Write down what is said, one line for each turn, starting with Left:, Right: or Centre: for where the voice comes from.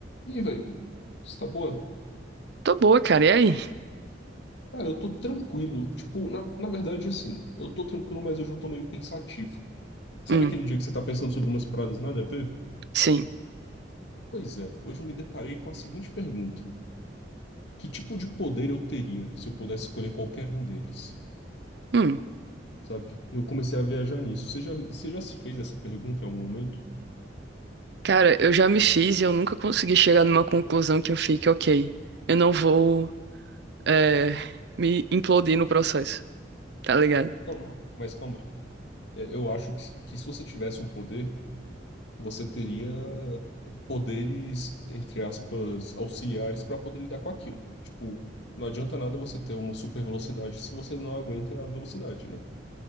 Left: E aí, velho? Você tá boa?
Right: Tô boa, cara. E aí?
Left: Cara, eu tô tranquilo. Tipo, na, na verdade, assim, eu tô tranquilo, mas hoje eu tô meio pensativo. Sabe
Right: Hum,
Left: aquele dia que você tá pensando sobre umas paradas nada a ver?
Right: sim.
Left: Pois é, hoje eu me deparei com a seguinte pergunta: Que tipo de poder eu teria se eu pudesse escolher qualquer um deles?
Right: Hum.
Left: Sabe? E Eu comecei a viajar nisso. Você já, você já se fez essa pergunta em algum momento?
Right: Cara, eu já me fiz e eu nunca consegui chegar numa conclusão que eu fique, ok, eu não vou é, me implodir no processo, tá ligado?
Left: Não, não, não. Mas calma aí. É, eu acho que, que se você tivesse um poder. você teria poderes, entre aspas, auxiliares para poder lidar com aquilo. Tipo, não adianta nada você ter uma super velocidade se você não aguenta a velocidade, né?